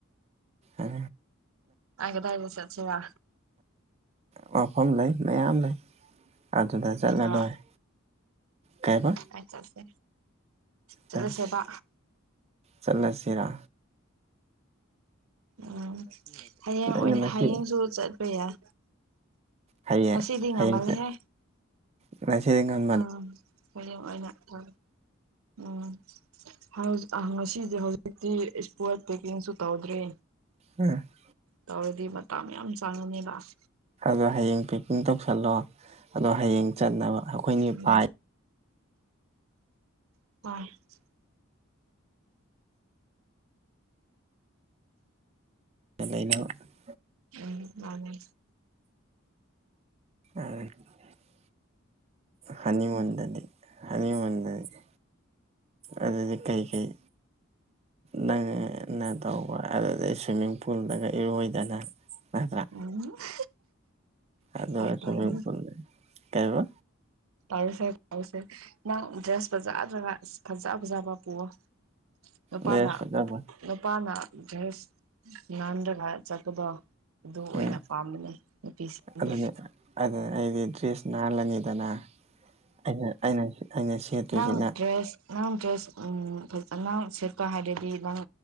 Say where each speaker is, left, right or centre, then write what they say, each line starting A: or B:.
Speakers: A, on the right; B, on the right.
A: ꯑ
B: ꯀꯗꯥꯏ ꯀꯗꯥꯏꯗ ꯆꯠꯁꯤꯔꯥ
A: ꯃꯐꯝ ꯂꯩ ꯃꯌꯥꯝ ꯂꯩ ꯑꯗꯨꯗ ꯆꯠꯂꯂꯣꯏꯔꯦ
B: ꯂꯩꯕ꯭ꯔꯣ
A: ꯀꯩꯕ
B: ꯑꯩ ꯆꯠꯁꯦ ꯆꯠꯂꯁꯦꯕ
A: ꯆꯁꯦ ꯆꯠꯂꯁꯤꯔꯥ
B: ꯎꯝ ꯍꯌꯦꯡ ꯑꯣꯏꯅ
A: ꯉꯁꯤ
B: ꯍꯌꯦꯡꯁꯨ ꯆꯠꯄ ꯌꯥꯏ꯫
A: ꯍꯌꯦꯡ
B: ꯉꯁꯤꯗꯤ ꯉꯃꯜꯂꯦꯍꯦ꯫
A: ꯍꯌꯦꯡꯁꯦ ꯉꯁꯤꯗꯤ ꯉꯟ
B: ꯑ ꯍꯌꯦꯡ ꯑꯣꯏꯅ ꯑ ꯎꯝ ꯍꯧ ꯉꯁꯤꯗꯤ ꯍꯧꯖꯤꯛꯇꯤ ꯁꯄꯣꯠ ꯄꯦꯀꯤꯡꯁꯨ ꯇꯧꯗ꯭ꯔꯤ
A: <unintelligible>
B: ꯇꯧꯔꯗꯤ ꯃꯇꯥꯡ ꯌꯥꯝ ꯆꯪꯉꯅꯤꯕ ꯫
A: ꯑꯗꯣ ꯍꯌꯦꯡ ꯄꯦꯛꯄꯤꯡ ꯇꯧꯁꯜꯂꯣ ꯑꯗꯣ ꯍꯌꯦꯡ ꯆꯠꯅꯕ ꯑꯩꯈꯣꯏꯅꯤ
B: ꯎꯝ
A: ꯄꯥꯏ
B: <unintelligible>
A: <unintelligible>
B: ꯎꯝ ꯃꯥꯅꯦ
A: <unintelligible> ꯍꯅꯤꯃꯨꯟꯗꯗꯤ ꯍꯅꯤ ꯃꯨꯟꯗꯗꯤ꯫ ꯑꯗꯨꯗꯤ ꯀꯩ ꯀꯩ꯫ ꯅꯪꯅ ꯇꯧꯕ ꯑꯗꯨꯗꯩ ꯁ꯭ꯋꯤꯃꯤꯡ ꯄꯨꯜꯗꯒ ꯏꯔꯣꯏꯗꯅ ꯅꯠꯇ꯭ꯔꯥ
B: ꯎꯝ <unintelligible>
A: ꯑꯗꯨ
B: ꯍꯣꯏ
A: <unintelligible>
B: ꯇꯥꯔꯦ
A: ꯀꯩꯕ
B: ꯇꯧꯔꯁꯦ ꯇꯥꯎꯁꯦ ꯅꯪ ꯗ꯭ꯔꯦꯁ ꯐꯖꯗ꯭ꯔꯒ ꯏꯁ ꯐꯖ ꯐꯖꯕ ꯄꯨꯑꯣ꯫ ꯅꯨꯄꯥꯅ
A: ꯗ꯭ꯔꯦꯁ ꯐꯖꯕ
B: ꯅꯨꯄꯥꯅ ꯗ꯭ꯔꯦꯁ ꯅꯥꯟꯔꯒ ꯆꯠꯄꯗꯣ ꯑꯗꯨ ꯑꯣꯏꯅ
A: ꯎꯝ
B: ꯄꯥꯝꯕꯅꯦ ꯅꯨꯄꯤꯁꯤꯡ <unintelligible>
A: ꯑꯗꯨꯅꯤ ꯑꯗꯨꯅ ꯑꯩꯗꯤ ꯗ꯭ꯔꯦꯁ ꯅꯥꯜꯂꯅꯤꯗꯅ ꯑꯩꯅ ꯑꯩꯅ ꯑꯩꯅ ꯁꯦꯠꯇꯣꯏꯁꯤꯅ꯫
B: ꯅꯪ ꯗ꯭ꯔꯦꯁ ꯅꯪ ꯗ꯭ꯔꯦꯁ ꯎꯝ ꯐꯖ ꯅꯪ ꯁꯦꯠꯄ ꯍꯥꯏꯔꯗꯤ ꯅꯪ